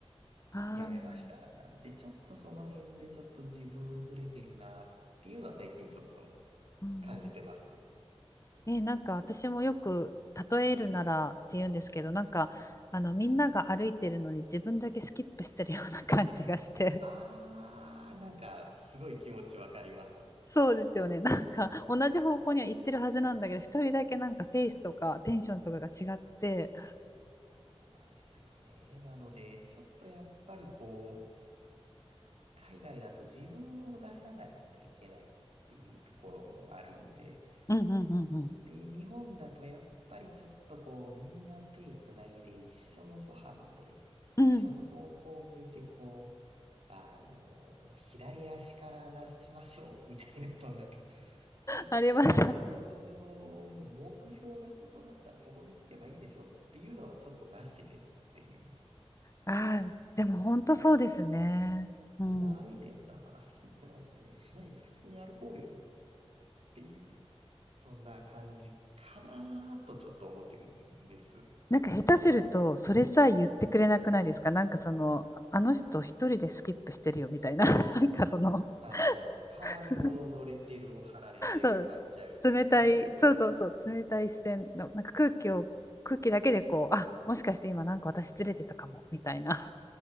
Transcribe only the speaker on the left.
あ、ああ、
うん
うん
ね、なんか私もよく例えるならって言うんですけど、なんかあのみんなが歩いてるのに自分だけスキップしてるような感じがして。
<laughs> そうですよね。なんか同じ方向には行ってるはずなんだけど、一人だけなんかペースとかテンションとかが違って、
<laughs> うんうんうん
うん。
うん。
あります。
<laughs> あ
あ、でも本当そうですね。
うん
なんか下手すると、それさえ言ってくれなくないですかなんかその、あの人一人でスキップしてるよみたいな、<laughs> なんかその
<laughs>、そう冷たい、そうそうそう、冷たい視線の、なんか空気を、空気だけでこう、あ、もしかして今なんか私ずれてたかも、みたいな。